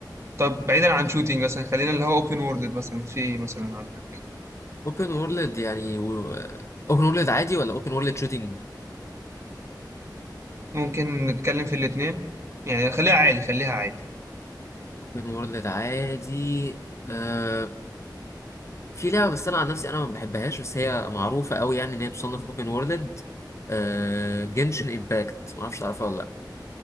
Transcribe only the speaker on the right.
طب بعيدا عن شوتينج مثلا خلينا اللي هو اوبن وورلد مثلا في ايه مثلا عندك
ممكن نتكلم في الاتنين يعني خليها عادي خليها عادي